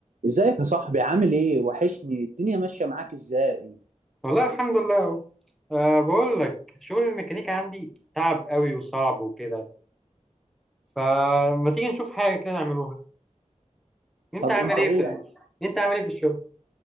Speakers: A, on the right; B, in the centre.
A: ازيك يا صاحبي عامل ايه وحشني الدنيا ماشية معاك ازاي
B: والله الحمد لله اهو أه بقول لك شغل الميكانيكا عندي تعب قوي وصعب وكده فما تيجي نشوف حاجه كده نعملوها انت
A: طب
B: عامل
A: انت
B: ايه
A: ايه
B: في ال-
A: يعني
B: انت عامل ايه في الشغل